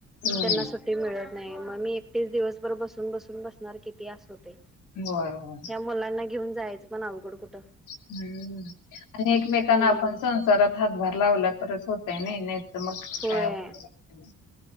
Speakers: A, on the left; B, in the centre.
A: हम्म
B: त्यांना सुट्टी मिळत नाही. मग मी एकटीच दिवसभर बसून बसून बसणार किती आस होतेय.
A: होय होय.
B: या मुलांना घेऊन जायचं पण अवघड कुठं
A: हम्म हम्म, आणि एकमेकांना
B: हम्म
A: आपण संसारात हातभार लावला तरच होतय नाही, नाही तर मग
B: होय
A: काय अवघड